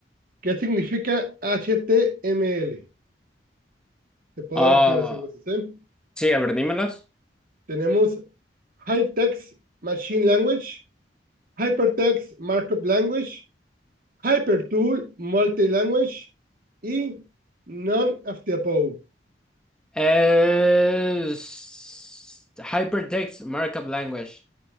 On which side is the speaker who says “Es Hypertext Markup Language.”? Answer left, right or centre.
Centre